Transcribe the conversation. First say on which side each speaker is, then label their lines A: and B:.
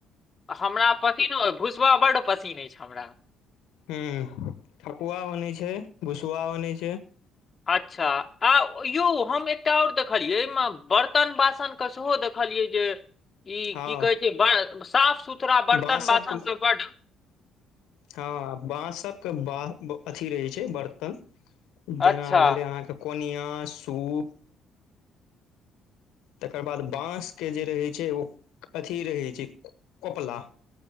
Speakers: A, on the left; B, on the left.
A: हमरा पसिन भुसबा बड्ड पसिन अछि हमरा
B: ह ठकुआ बनै छै भुसुआ बनै छै
A: अच्छा आ यौ हम एकटा आओर देखलियै एहिमे बर्तन बासन कसहो देखलियै जे ई
B: हँ
A: की कहै छै ब साफ सुथड़ा बर्तन
B: बाँसक
A: बासन त बड
B: हँ बांसक ब अथी रहे छै बर्तन जेना
A: अच्छा
B: भेले अहाँके कोनिया सूप तकर बाद बाँसके जे रहैत छै ओ अथी रहैत छै कोपला